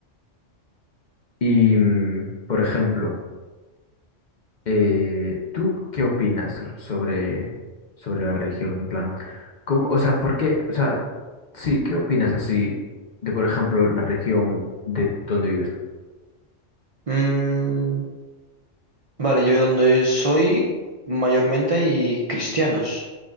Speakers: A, on the left; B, on the right.
A: Y, mm, por ejemplo, Eh, ¿tú qué opinas sor- sobre, sobre la religión? En plan, ¿cómo, o sea, por qué, o sea, sí, ¿qué opinas así de, por ejemplo, la región de donde vives tú?
B: Mm, vale, yo donde soy, mayormente hay cristianos